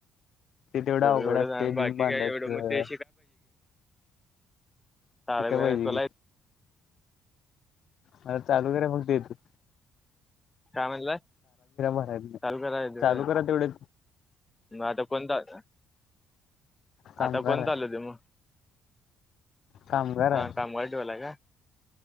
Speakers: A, on the left; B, on the left.
A: ते तेवढा अवघड
B: एवढंच
A: असतय
B: आणि बाकी
A: बिंब बांधायचं,
B: काय एवढं मग ते
A: शिकाय
B: सार बर
A: पाहिजे
B: तुलाऽऽ
A: की मला चालू कराय फक्त एतय ऽऽ
B: काय म्हणला?
A: भरायच नाही
B: चालु कराय येतंय
A: चालू
B: होय.
A: करा तेवढे
B: मग आता कोणता आला?
A: कामगार
B: आता कोण
A: आहे
B: चालतय मग?
A: कामगार
B: हा
A: आहे
B: कामगार ठेवालाय का?